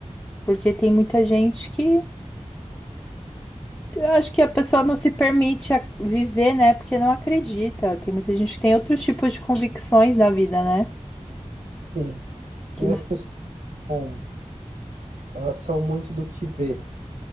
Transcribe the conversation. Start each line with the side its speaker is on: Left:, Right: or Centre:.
Left: porque tem muita gente que eu acho que a pessoa não se permite a- viver, né? Porque não acredita. Tem muita gente que tem outros tipos de convicções na vida, né?
Right: Sim,
Left: Que
Right: é,
Left: não.
Right: as pessoas, bom, elas são muito do que vê.